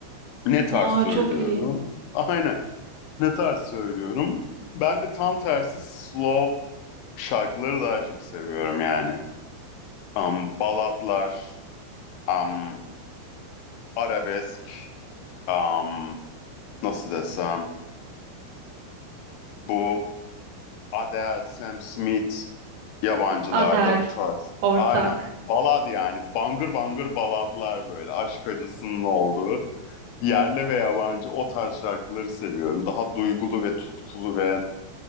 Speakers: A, on the left; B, on the right.
A: Ne tarz
B: Aa
A: söylüyorum?
B: çok iyi.
A: Aynen. Ne tarz söylüyorum? Ben de tam tersi slow şarkıları daha çok seviyorum yani. Um, balatlar, um, arabesk, um, nasıl desem, bu Adele, Sam Smith yabancılarda
B: Adele,
A: bu tarz.
B: ortak.
A: Aynen. Balad yani. Bangır bangır baladlar böyle. Aşk acısının olduğu. Yerli ve yabancı o tarz şarkıları seviyorum. Daha duygulu ve tutkulu ve